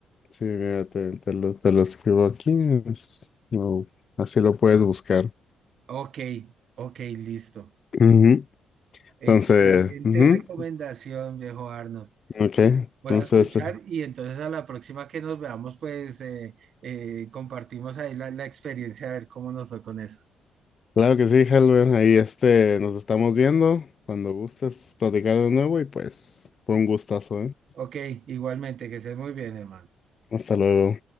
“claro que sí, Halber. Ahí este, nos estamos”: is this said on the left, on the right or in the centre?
Left